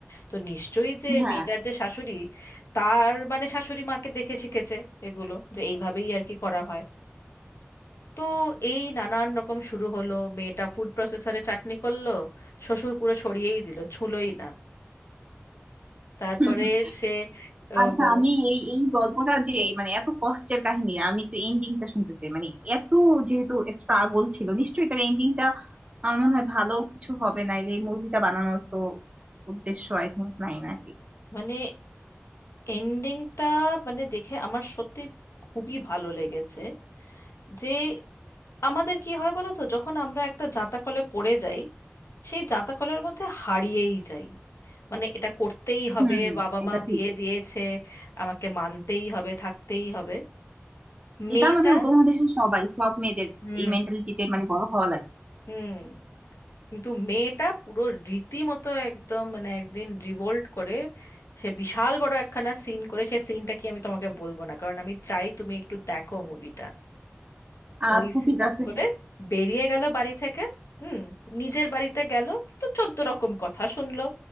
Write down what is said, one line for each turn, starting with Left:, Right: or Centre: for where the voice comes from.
Left: তো নিশ্চয়ই যে
Right: হ্যাঁ
Left: মেয়েটার যে শাশুড়ি তার মানে শাশুড়ি মাকে দেখে শিখেছে এগুলো যে এইভাবেই আর কি করা হয় তো এই নানান রকম শুরু হলো মেয়েটা ফুড প্রসেসরে চাটনি করলো শ্বশুর পুরো সরিয়েই দিল ছুঁলোই না তারপরে
Right: হুম, হুম।
Left: সে ও,
Right: আচ্ছা
Left: ব-
Right: আমি এই এই গল্পটা যে মানে এত কষ্টের কাহিনী আমি একটু এন্ডিংটা শুনতে চাই মানে এত যেহেতু স্ট্রাগল ছিল নিশ্চয়ই তার এন্ডিংটা আমার মনে হয় ভালো কিছু হবে নাইলে এই মুভিটা বানানোর তো উদ্দেশ্য আই থিংক নাই নাকি
Left: মানে এন্ডিংটা মানে দেখে আমার সত্যি খুবই ভালো লেগেছে যে আমাদের কি হয় বলো তো যখন আমরা একটা জাঁতা কলে পড়ে যাই সেই জাঁতা কলের মধ্যে হারিয়েই যাই মানে এটা করতেই হবে
Right: হুম
Left: বাবা
Right: এটা
Left: মা
Right: ঠিক
Left: বিয়ে দিয়েছে আমাকে মানতেই হবে থাকতেই হবে মেয়েটা
Right: এটা আমাদের উপমহাদেশের সবাই সব মেয়েদের
Left: হুম
Right: এই মেন্টালিটিতে মানে বড় হওয়া লাগে
Left: হুম কিন্তু মেয়েটা পুরো রীতিমতো একদম মানে একদিন রিভোল্ট করে সে বিশাল বড় একখানা সিন করে সে সিনটা কি আমি তোমাকে বলবো না কারণ আমি চাই তুমি একটু দেখো মুভিটা
Right: আচ্ছা
Left: ওই সিন
Right: ঠিক আছে
Left: করে বেরিয়ে গেল বাড়ি থেকে হুম নিজের বাড়িতে গেল তো চোদ্দ রকম কথা শুনলো